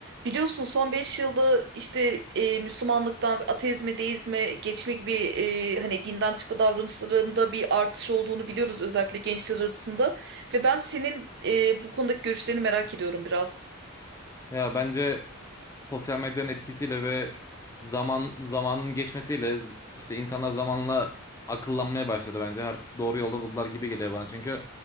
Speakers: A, on the right; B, on the left.
A: Biliyorsun son 5 yılda işte e, Müslümanlıktan ateizme, deizme geçme gibi e, hani dinden çıkma davranışlarında bir artış olduğunu biliyoruz özellikle gençler arasında. Ve ben senin e, bu konudaki görüşlerini merak ediyorum biraz.
B: Ya bence sosyal medyanın etkisiyle ve zaman zamanın geçmesiyle işte insanlar zamanla akıllanmaya başladı bence. Artık doğru yolda buldular gibi geliyor bana. Çünkü